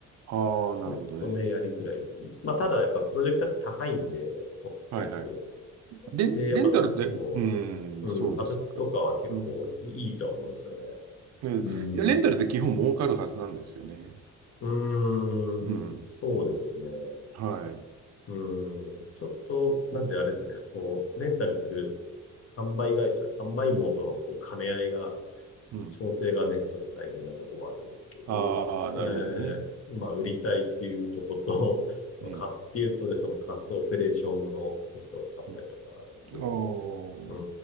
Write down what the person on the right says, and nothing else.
ああ、
なるほどね。
はいはい。
レン、
レンタルで、
うん、
そうですか。
うん。ねいや、
レンタルって基本儲かるはずなんですよね。
うん。
はい。
うん。
ああ、なるほどね。
うん。
うんああ、